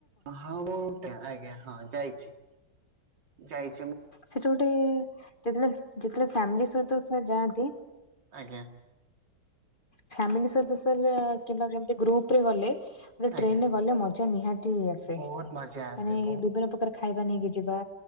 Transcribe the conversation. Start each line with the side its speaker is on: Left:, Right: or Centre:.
Right: ହଁ ମୁଁଟେ ଆଜ୍ଞା ହଁ ଯାଇଛି ଯାଇ
Left: ସେଟା ଗୋଟେ ଯେତେବେଳେ ଯେତେବେଳେ ଫ୍ୟାମିଲି ସହିତ ଯାଆନ୍ତି।
Right: ଆଜ୍ଞା।
Left: ଫ୍ୟାମିଲି ସହିତ ସାର୍ କିମ୍ବା ଗୋଟେ ଗ୍ରୁପରେ ଗଲେ। ମେ
Right: ଆଜ୍ଞା
Left: ଟ୍ରେନ ରେ ଗଲେ ମଜା ନିହାତି ଆସେ
Right: ବହୁତ
Left: ମାନେ
Right: ମଜା ଆସେ ବହୁତ
Left: ବିଭିନ୍ନ ପ ର ଖାଇବା ନେଇକି ଯିବା।